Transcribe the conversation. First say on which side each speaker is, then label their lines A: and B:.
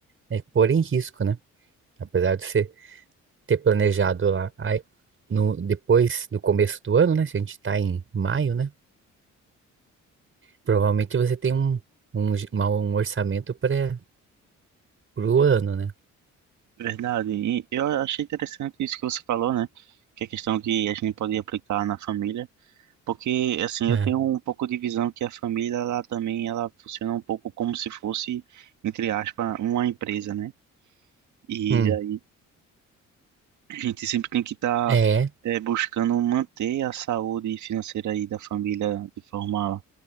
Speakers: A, on the right; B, on the right.
A: né, pôr em risco, né? Apesar de você ter planejado lá aí, no, depois, no começo do ano, né? Se a gente está em maio, né? Provavelmente você tem um, um, uma- um orçamento para o ano, né?
B: Verdade. E eu achei interessante isso que você falou, né? Que é a questão que a gente pode aplicar na família Porque, assim,
A: É.
B: eu tenho um pouco de visão que a família, ela também, ela funciona um pouco como se fosse, entre aspas, uma empresa, né? E
A: Hum.
B: daí a gente sempre tem que estar
A: É.
B: buscando manter a saúde financeira aí da família de forma